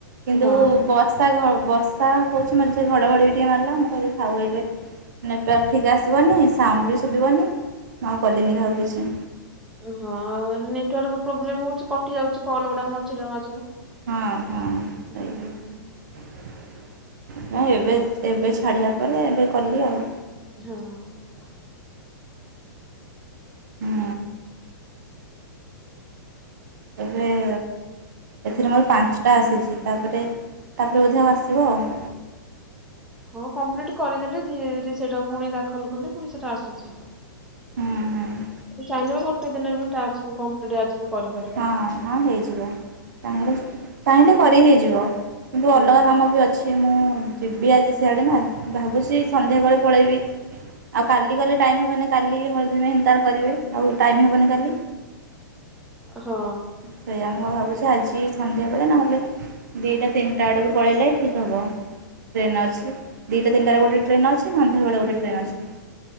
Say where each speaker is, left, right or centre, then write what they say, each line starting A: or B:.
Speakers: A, on the right (about 55°); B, in the centre.
A: କିନ୍ତୁ
B: ହଁ।
A: ବର୍ଷ ବର୍ଷା ଘ ବର୍ଷା ହଉଛି ମଝିରେ ଘଡ଼ଘଡ଼ି ବି ଟିକିଏ ମାରିଲା ମୁଁ କହିଲି ଥାଉ ଏବେ। ନେଟୱାର୍କ ଠିକ୍ ଆସିବନି ସାଉଣ୍ଡୁ ବି ଶୁଭିବନି ମୁଁ ଆଉ କଲିନି କାହାକୁ କିଛି।
B: ହଁ ନେଟୱାର୍କ ପ୍ରୋବ୍ଲେମ ହଉଛି କଟି ଯାଉଛି କଲ୍ ଗୁଡା ମଝିରେ ମଝିରେ।
A: ହଁ ହଁ
B: ହୁଁ
A: ସେଇଆ। ହଁ ଏବେ ଏବେ ଛାଡିଲା ପରେ ଏବେ କଲି ଆଉ।
B: ହଁ।
A: ହୁଁ। ଏବେ ଏଥିରେ ମୋର ପାଞ୍ଚଟା ଆସିଛି ତାପରେ ତାପରେ ବୋଧେ ଆଉ ଆସିବ ଆଉ।
B: ହଁ କମ୍ପ୍ଲିଟ କରିଦେଲେ ଧୀରେ ଧୀରେ ସେଇଟା ପୁଣି ଦାଖଲ କଲେ ପୁଣି ସେଇଟା ଆସୁଛି।
A: ହୁଁ ହୁଁ।
B: ଚାହିଁବି ଗୋଟେ ଦିନରେ ବି ଟାକ୍ସ କୁ କମ୍ପ୍ଲିଟ ଆଜି କୁ କରିପାର
A: ହଁ ହଁ ହେଇଯିବ। ଚାହିଁଲେ ଚାହିଁଲେ କରି ହେଇଯିବ କିନ୍ତୁ
B: ହୁଁ।
A: ଅଲଗା କାମ ବି ଅଛି। କି ମୁଁ ଯିବି ଆଜି ସିଆଡ଼େ ନା ଭାବୁଛି ସନ୍ଧ୍ୟାବେଳେ ପଳେଇବି। ଆଉ କାଲି ଗଲେ ଟାଇମ୍ ହବନି କାଲି ହଳଦୀ ମେହେନ୍ଦି ତାର କରିବେ ଆଉ ଟାଇମ୍ ହବନି କାଲି।
B: ହଁ।
A: ସେୟା ମୁଁ ଭାବୁଛି ଆଜି ସନ୍ଧ୍ୟାବେଳେ ନହେଲେ ଦିଟା ତିନିଟା ଆଡକୁ ପଳେଇଲେ ଠିକ୍ ହେବ ଟ୍ରେନ୍ ଅଛି ଦୁଇଟା ତିନିଟାରେ ଗୋଟେ ଟ୍ରେନ୍ ଅଛି। ସେ ସନ୍ଧ୍ଯା ବେଳେ ଗୋଟେ
B: ହୁଁ।
A: ଟ୍ରେନ୍ ଅଛି।